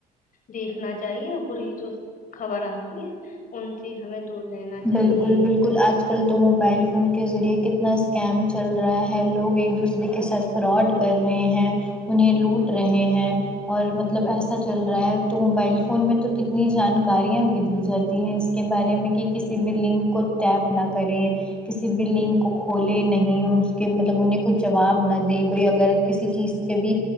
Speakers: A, on the left; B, in the centre.
A: دیکھنا چاہیے بری جو خبر آتی ہے ان سے ہمیں دور رہنا چاہیے
B: بالکل بالکل آج کل تو موبائل فون کے ذریعے کتنا اسکیم چل رہا ہے لوگ ایک دوسرے کے ساتھ فراڈ کر رہے ہیں انہیں لوٹ رہے ہیں اور مطلب ایسا چل رہا ہے تو موبائل فون میں تو کتنی جانکاریاں بھی دی جاتی ہیں اس کے بارے میں کہ کسی بھی لنک کو ٹیپ نہ کریں کسی بھی لنک کو کھولے نہیں اس کے مطلب انہیں کچھ جواب نہ دیں کوئی اگر کسی چیز بھی